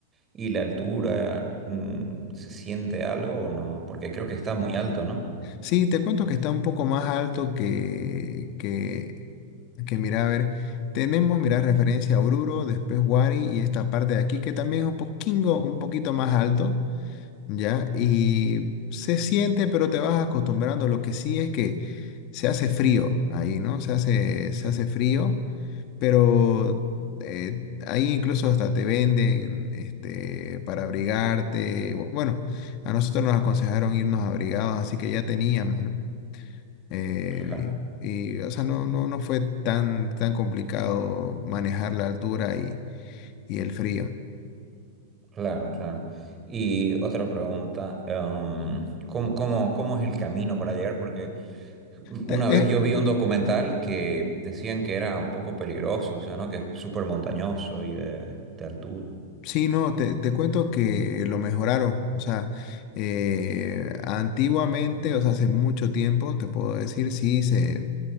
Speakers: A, on the right; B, on the left.
A: y la altura, mm, se siente algo o no? Porque creo que está muy alto, ¿no?
B: Sí, te cuento que está un poco más alto que, que, que mira, a ver, tenemos, mira, referencia a Oruro, después Huari y esta parte de aquí que también es un poquingo, un poquito más alto, ¿ya? Y se siente, pero te vas acostumbrando. Lo que sí es que se hace frío ahí, ¿no? Se hace, se hace frío, pero eh, ahí incluso hasta te venden, este, para abrigarte. Bueno, a nosotros nos aconsejaron irnos abrigados, así que ya teníamos, ¿no? Eh,
A: Claro,
B: y, y, o sea, no, no, no fue tan, tan complicado manejar la altura y, y el frío.
A: claro, claro. Y otra pregunta, em, ¿cómo, cómo, cómo es el camino para llegar? Porque
B: Te-
A: una
B: eh,
A: vez yo vi un documental que decían que era un poco peligroso, o sea, ¿no? Que es súper montañoso y de, de altura.
B: sí, no, te, te cuento que lo mejoraron. O sea, eh, antiguamente, o sea, hace mucho tiempo, te puedo decir, sí, se,